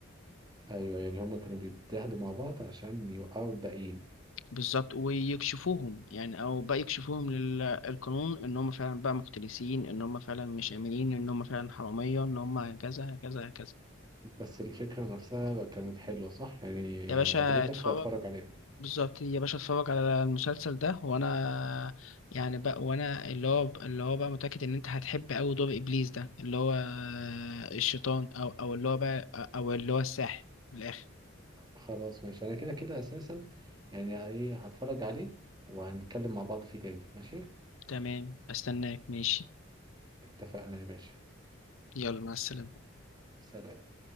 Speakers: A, on the right; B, on the left.
A: ايوه يعني هما كانوا بيتحدوا مع بعض عشان يوقعوا الباقيين
B: بالظبط ويكشفوهم يعني او بقى يكشفوهم للقانون ان هم فعلا بقى مفترسين ان هم فعلا مش امنين ان هم فعلا حراميه ان هم كذا كذا كذا
A: بس الفكرة نفسها كانت حلوة صح يعني يعني
B: يا باشا
A: عجبتك
B: اتفرج
A: فهتفرج عليه
B: بالظبط يا باشا اتفرج على المسلسل ده وانا يعني بقى وانا اللي هو اللي هو بقى متاكد ان انت هتحب قوي دور ابليس ده اللي هو الشيطان او او اللي هو بقى او اللي هو الساحر من الاخر
A: خلاص ماشي انا كده كده اساسا يعني ايه هتفرج عليه وهنتكلم مع بعض فيه تاني ماشي
B: تمام استناك ماشي
A: اتفقنا يا باشا
B: يلا مع السلامه
A: سلام